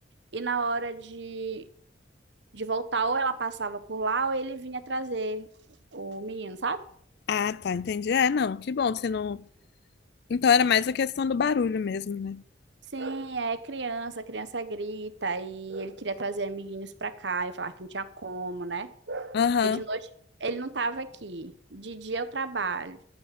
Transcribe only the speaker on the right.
e na hora de de voltar, ou ela passava por lá, ou ele vinha trazer o menino, sabe?
Sim, é criança, criança grita, e ele queria trazer amiguinhos pra cá, e falar que não tinha como, né?
Porque de noite ele não tava aqui, de dia eu trabalho,